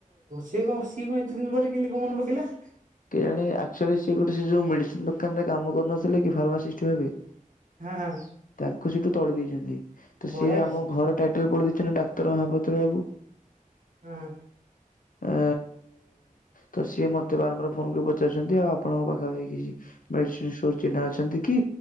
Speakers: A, on the right (about 65°); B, on the left (about 75°).
A: ସିଏ କଣ ସିଏ କଣ ଏତେ ଦିନ ପରେ କେମତି କଣ ମନେ ପକେଇଲା।
B: କେଜାଣି ଆକଚୁଆଲି ସିଏ ଗୋଟେ ସେ ଯୋଉ ମେଡିସିନ ଦୋକାନରେ କାମ କରୁନଥିଲେ କି ଫାର୍ମାସିଷ୍ଟ ଭାବେ
A: ହଁ ହଁ
B: ତାଙ୍କୁ ସେଠୁ ତଡି ଦେଇଚନ୍ତି ତ
A: ବଢିଆ
B: ସିଏ ଆମ
A: କରୁଛନ୍ତି
B: ଘର ଟାଇଟେଲ ପଢି ଦେଇଚନ୍ତି ଡାକ୍ତର ମହାପାତ୍ର ବାବୁ
A: ହଁ।
B: ଅ ତ ସିଏ ମତେ ବାରମ୍ବାର ଆପଣଙ୍କୁ ପଚାରୁଚନ୍ତି ଆଉ ଆପଣଙ୍କ ପାଖାପାଖୀ କିଛି ମେଡ଼ିସିନ ଷ୍ଟୋର ଚିହ୍ନା ଅଛନ୍ତି କି